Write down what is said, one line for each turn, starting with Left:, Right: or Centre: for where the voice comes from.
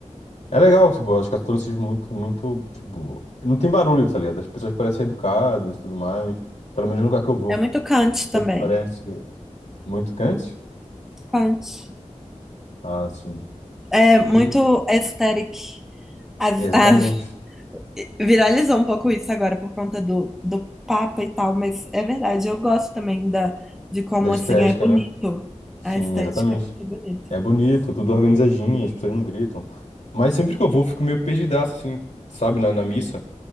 Left: É legal, tipo, eu acho que o catolicismo é muito, muito, tipo. Não tem barulho, tá ligado? As pessoas parecem educadas e tudo mais. Pelo menos no lugar que eu vou.
Centre: É muito Kant também.
Left: As pessoas Parecem muito quentes.
Centre: Kant.
Left: Ah, sim.
Centre: É muito
Left: E.
Centre: aesthetic. As-
Left: Exatamente.
Centre: as- Viralizou um pouco isso agora por conta do, do Papa e tal, mas é verdade. Eu gosto também da, de como
Left: Da estética,
Centre: assim é bonito.
Left: né? Sim,
Centre: A estética
Left: exatamente.
Centre: é muito bonita.
Left: É bonito, tudo organizadinho, as pessoas não gritam. Mas sempre que eu vou, eu fico meio perdidaço, assim, sabe, na, na missa.